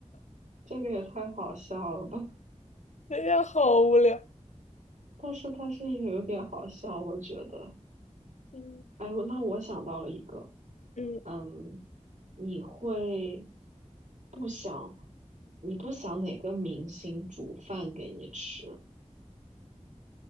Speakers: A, on the right; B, on the left.
A: 这个也太好笑了吧！<laughs>
B: 哎呀，好无聊。
A: 但是但是也有点好笑，我觉得。
B: 嗯
A: 哎，我那我想到了一个，
B: 嗯，
A: 嗯，你会不想，你不想哪个明星煮饭给你吃？